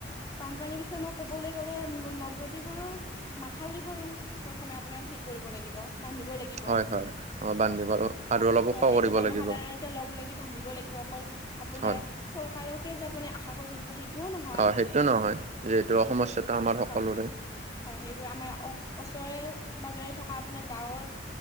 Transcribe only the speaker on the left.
বানপানীৰ বিষয়ে মই ক'বলৈ গ'লে নদ-নদীবোৰত মাথাউৰিবোৰ প্ৰথমে আপোনাৰ হেৰি কৰিব লাগিব। বান্ধিব লাগিব
হয়।
সেইবোৰ
জনসাধাৰণতে
লগ লাগি বান্ধিব লাগিব, অকল আপোনাৰ
চৰকাৰকে যে আপুনি আশা কৰি থাকিব সেইটোও নহয়।
আম।
হয়, হয়। সেইবোৰ আমাৰ ওচৰে পাজৰে থকা আপোনাৰ গাঁৱৰ